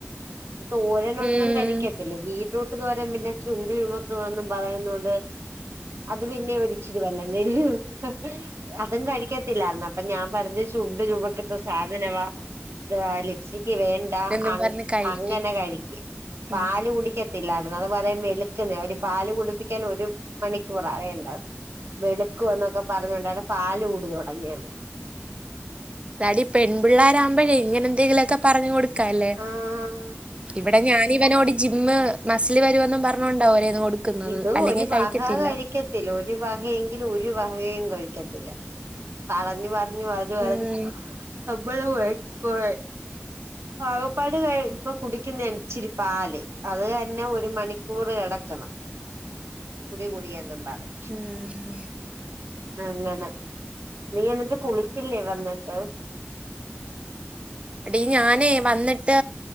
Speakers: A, on the right; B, on the right.
A: തോരനൊന്നും
B: ഉം
A: കഴിക്കത്തില്ല ബീറ്റ്റൂട്ട് തോരൻ പിന്നെ ചുണ്ട് ചുമക്കുവെന്നും പറയുന്നുണ്ട് അത് പിന്നെ ഒരി ച്ചിരി വല്ലേ <unintelligible> അതും കഴിക്കത്തില്ലായിരുന്നു അപ്പൊ ഞാൻ പറഞ്ഞു ചുണ്ട് ചുമക്കുന്ന സാധനവാ ഇതുവാ ലിപ്സിക്ക് വേ ണ്ട
B: എന്നും
A: അങ്ങ്
B: പറഞ്ഞ് കഴിക്കും
A: അങ്ങനെ കഴിക്ക പാല്
B: ഉം
A: കുടിക്ക ത്തില്ലാരുന്നു അത് പറയും വെളുക്കുന്നേ ഒരു പാല് കുടിപ്പിക്കാൻ ഒരു മണിക്കൂറാ വേണ്ട ത് വെളുക്കുവൊന്നൊക്കെ പറഞ്ഞൊണ്ടാണ് പാല് കുടി തൊടങ്ങിയത്
B: തരി പെൺപിള്ളോരാവുമ്പഴേ ഇങ്ങനെന്തെലുമൊക്കെ പറഞ്ഞു കൊടുക്കാല്ലേ
A: ആഹ്
B: ഇവിടെ ഞാൻ ഇവനോട് ജിമ്മ് മസ്സില് വരുവെന്നും പറഞ്ഞോണ്ടാ <unintelligible>
A: ഇതു
B: അല്ലെങ്കിൽ
A: ഒരു വഹാ
B: കഴിക്കത്തില്ല
A: കഴിക്കത്തില്ല ഒരു വഹയെങ്കിലും ഒര് വഹയും കഴിക്കത്തില്ല. പറഞ്ഞ് പറഞ്ഞ് പറഞ്ഞ്
B: ഉം
A: നമ്മള് <unintelligible> ആകപ്പാടി കഴി ഇപ്പൊ കുടിക്കുന്നണ് ഇച്ചിരി പാല് അത് തന്നെ ഒര് മണി കൂറ് <unintelligible> കുടി കുടിയെന്നും പറഞ്ഞ്
B: ഉം.
A: അങ്ങനെ നീ എന്നിട്ട് കുളിച്ചില്ലേ വന്ന്ട്ട്?
B: എടീ ഞാനേ വന്ന്ട്ട്